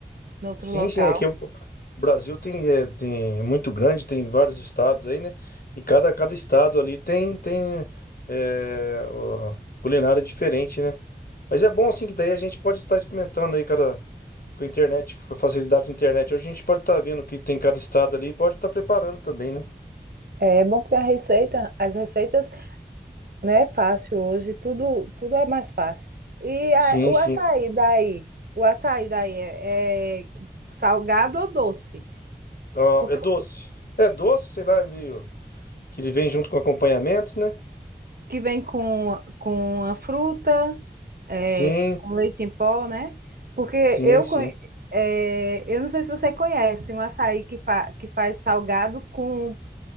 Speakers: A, on the right (about 70°); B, on the left (about 65°).
A: no outro
B: Sim,
A: local.
B: sim, aqui o Brasil tem, é, tem é muito grande, tem vários estados aí, né? E cada, cada estado ali tem tem é, ó, culinária diferente, né? Mas é bom assim que daí a gente pode estar experimentando aí cada com a internet, com a facilidade da internet. Hoje a gente pode estar vendo o que tem cada estado ali e pode estar preparando também, né?
A: É bom que tem a receita, as receitas né? Fácil hoje, tudo, tudo é mais fácil. E a-
B: Sim,
A: o
B: sim.
A: açaí daí? O açaí daí é, é salgado ou doce?
B: Ó,
A: Porque
B: é doce.
A: o
B: É doce, sei lá, é meio que ele vem junto com acompanhamento, né?
A: que vem com, com a fruta, é,
B: Sim,
A: com leite em pó, né? Porque
B: sim,
A: eu,
B: sim.
A: conhe- é, eu não sei se você conhece um açaí que, fa, que faz salgado com,